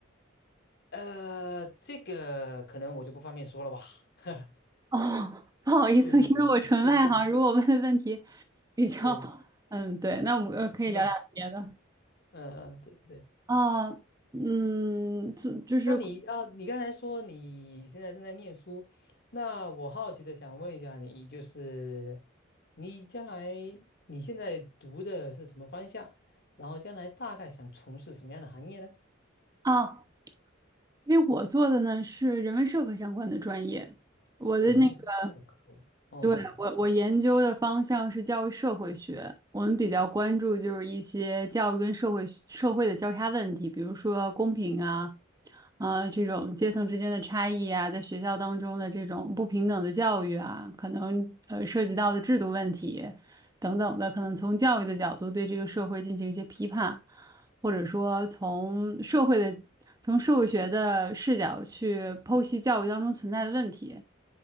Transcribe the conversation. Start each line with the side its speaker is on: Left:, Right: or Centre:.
Left: 呃，这个可能我就不方便说了吧。<laughs>
Right: 哦，<laughs> 不好意思，
Left: 对对对对对
Right: 因为我纯外行，如果问的问题比较，
Left: 对对，
Right: 嗯，对，那我们呃可以聊聊别的。
Left: 明白。嗯嗯，对对。
Right: 啊，嗯，就就是
Left: 那你啊，你刚才说你现在正在念书，那我好奇的想问一下你，就是你将来你现在读的是什么方向？然后将来大概想从事什么样的行业呢？
Right: 啊，因为我做的呢是人文社科相关的专业，我的那个，
Left: 人文社科。哦
Right: 对，我我研究的方向是教育社会学，我们比较关注就是一些教育跟社会社会的交叉问题，比如说公平啊，呃，这种阶层之间的差异啊，在学校当中的这种不平等的教育啊，可能呃涉及到的制度问题等等的，可能从教育的角度对这个社会进行一些批判。或者说从社会的、从社会学的视角去剖析教育当中存在的问题。